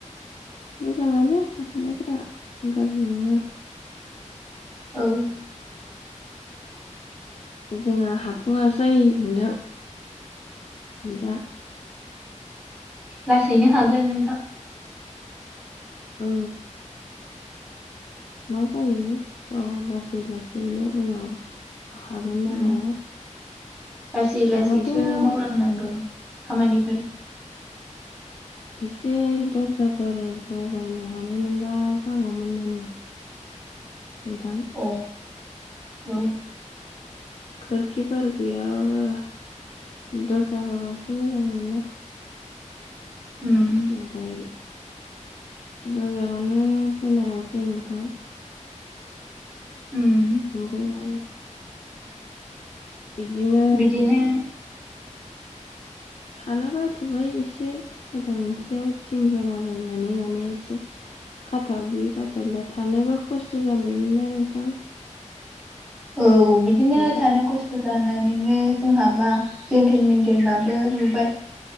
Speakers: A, on the left; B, in the centre.
A: मोजाङानो साननायफोरा गाज्रि नङा।
B: औ
A: जोंना हाफुङासै नोंथां दा।
B: लासैनो हागोन नोंथां।
A: औ। मा जायो र'लासै लासैनो उनाव हागोनना
B: उम,
A: हाया।
B: लासै लासैसो
A: हाबाथ'
B: मावलांनांगौ खामानिफोर
A: एसे दर्जाफोरखौ बायनो हानायमोनबा जागौमोन माने नोंथां
B: अ औ
A: खोरखिफोर गैयाबाबो दरजा होबा एसे मोजां मोनो ना।
B: उम
A: नाथाय दर्जाखौनो होनो हायासै नोंथां।
B: उम
A: ओंखायनो बिदिनो
B: बिदिनो
A: थालाबायथ'बाय एसे खथा मोनसेयाव थिं होलाबायनानै माने एसे खाथाब्लि खाथाबला थानोबो खस्थ' जाबायमोन ना नोंथां।
B: औ बिदिनो
A: ओं
B: थानो खस्थ' जा नानैनो जोंहाबा जेनथेन बेेनथेनबाबो लुबाय।